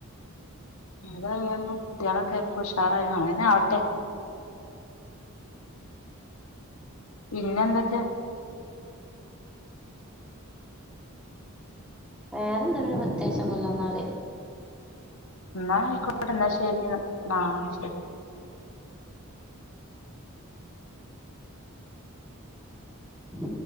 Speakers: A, on the left; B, in the centre.
A: എതായാലും കുട്ടിയാളൊക്കെ ഇപ്പോ ഉഷാറായി അങ്ങനെ ആവട്ടെ പിന്നെ എന്തൊക്കെ?
B: വെറെ എന്താ പിന്നെ പ്രത്യേകിച്ച് ഒന്നും ഇല്ല ഇന്നാൽ.
A: ഇന്നാ ആയിക്കോട്ടെ ഇന്നാ ശരിന്നാ ആഹ് ശരി
B: ഉ